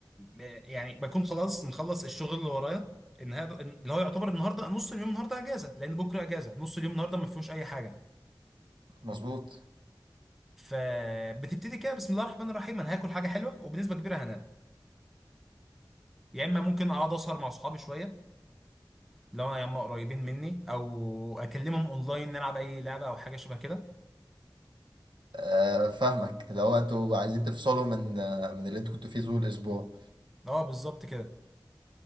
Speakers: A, in the centre; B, on the right (about 80°).
A: يعني بكون خلاص مخلص الشغل اللي ورايا النهارده اللي هو يعتبر النهارده نص اليوم النهارده اجازه لان بكره اجازه نص اليوم النهارده ما فيهوش اي حاجه
B: مظبوط
A: فبتبتدي كده بسم الله الرحمن الرحيم انا هاكل حاجه حلوه وبنسبه كبيره هنام يا اما ممكن اقعد اسهر مع اصحابي شويه لو انا يا اما قريبين مني او اكلمهم اونلاين نلعب اي لعبه او حاجه شبه كده
B: آه، فاهمك لو انتوا عايزين تفصلوا من آه، من اللي انتوا كنتوا فيه طول الاسبوع
A: اه بالظبط كده